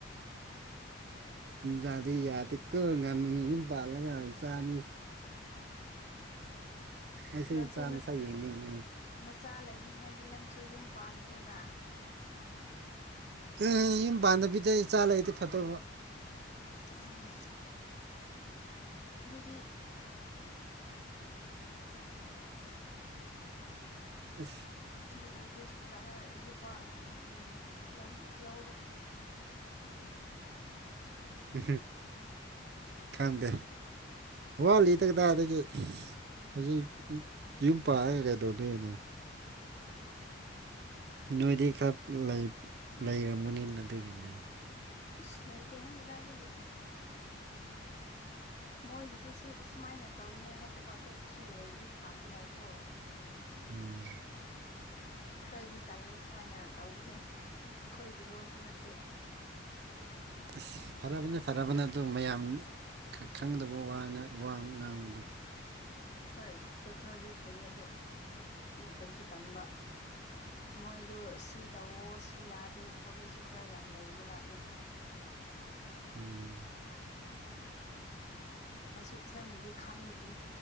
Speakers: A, on the right; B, on the left.
A: ꯕꯤꯦꯗ ꯗꯤ ꯌꯥꯗꯤ ꯀꯔ ꯉꯅꯅꯤ ꯂꯒ ꯆꯃꯤ ꯑꯩꯁꯨ
B: ꯅꯪꯁꯨ
A: ꯏꯆꯥ ꯃꯁꯛ ꯌꯦꯡꯅꯤꯡꯉꯤ
B: ꯅꯆꯥ ꯂꯩꯅꯤꯡꯉꯅꯤ ꯗꯤ ꯅꯪꯁꯨ ꯌꯨꯝ ꯄꯥꯟꯈ꯭ꯔꯣꯅ
A: ꯎ ꯌꯨꯝ ꯄꯥꯟꯗꯕꯤꯗ ꯆꯥꯂ ꯑꯩꯗꯤ ꯐꯠꯇ
B: ꯎꯝ ꯑꯗꯨꯗꯤ
A: ꯑ
B: ꯑꯗꯨ ꯑꯣꯏꯔꯗꯤ ꯍꯣꯁꯄꯤꯇꯥꯜꯗ ꯌꯣꯛꯄ ꯎꯝ ꯂꯧ ꯂꯧꯔꯣ
A: ꯎ ꯈꯪꯗꯦ ꯋꯥꯂꯤꯗꯒꯗꯥ ꯑꯗꯒꯤ ꯍꯧꯖꯤꯛ ꯌꯨꯝ ꯄꯥꯔꯒ ꯀꯩꯗꯧꯗꯣꯏꯅꯣ ꯅꯣꯏꯗꯤ ꯈꯔ ꯂꯩꯔꯝꯃꯅꯤꯅ ꯑꯗꯨꯒꯤꯗꯨꯅꯦ
B: ꯑꯁ ꯂꯩ ꯂꯩꯇꯦ ꯍꯦꯡꯒꯗꯥꯏꯗꯒ ꯃꯣꯏꯒꯤꯁꯦ ꯁꯤ ꯁꯨꯃꯥꯏꯅ ꯇꯧꯅꯤꯉꯥꯏ ꯅꯠꯇꯕ ꯑꯇꯣꯞꯄꯁꯨ ꯂꯩꯔꯗꯤ ꯐꯅꯤꯉꯥꯏꯀꯣ
A: ꯎꯝ
B: ꯈꯔꯗꯤ ꯇꯜꯂꯦ ꯁꯨꯃꯥꯏꯅ ꯇꯧꯕꯁꯦ ꯑꯩꯈꯣꯏꯒꯤ ꯂꯣꯟꯁꯨ ꯅꯠꯇꯦ
A: ꯑꯁ ꯐꯔꯕꯅꯤ ꯐꯔꯕꯅꯤ ꯑꯗꯨ ꯃꯌꯥꯝ ꯈꯪꯗꯕ ꯋꯥ ꯉꯥꯡꯕꯗꯣ
B: ꯍꯣꯏ ꯑꯗꯨ ꯈꯔꯗꯤ ꯐꯩꯌꯦ ꯑꯗꯣ ꯃꯨꯛꯇꯟꯁꯨ ꯇꯟꯕ ꯃꯣꯏꯗ ꯁꯤ ꯇꯧꯋꯣ ꯁꯤ ꯌꯥꯗꯦ ꯈꯣꯠꯂꯦꯁꯨ ꯈꯔ ꯌꯥꯝ ꯂꯩꯕꯅꯅꯦ
A: ꯎꯝ
B: ꯑꯩꯁꯨ ꯐꯖꯅꯗꯤ ꯈꯪꯗ꯭ꯔꯤ